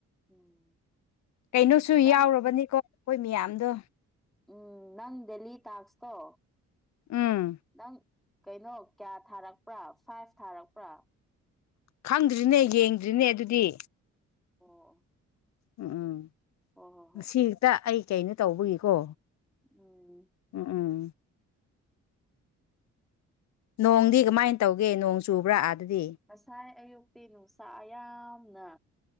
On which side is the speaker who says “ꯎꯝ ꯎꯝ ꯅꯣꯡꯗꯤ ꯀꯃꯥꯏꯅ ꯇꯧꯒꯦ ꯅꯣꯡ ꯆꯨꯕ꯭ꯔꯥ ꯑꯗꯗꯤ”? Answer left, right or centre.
Left